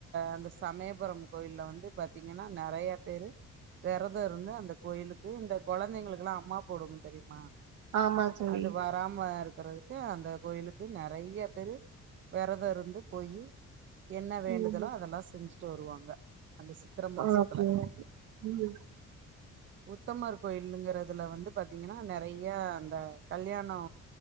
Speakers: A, on the right; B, on the right.
A: அந்த சமயபுரம் கோயில்ல வந்து பாத்தீங்கன்னா நெறயா பேரு வெரதோ இருந்து அந்த கோயிலுக்கு இந்த கொழந்தைங்களுக்குல்லா அம்மா போடும் தெரியுமா
B: ஆமா தோழி
A: அது வராம இருக்றது க்கு அந்த கோயிலுக்கு நெறயா பேரு விரதோ இருந்து போய் என்ன வேண்டுதலோ
B: ம்
A: அதெல்லா செஞ்சிட்டு வருவாங்க அந்த சித்திர
B: ம்
A: மாசத்துல
B: ஓகே ம்
A: உத்தமர் கோயிலுங்கறதுல வந்து பாத்தீங்கன்னா நெறயா அந்த கல்யாணோ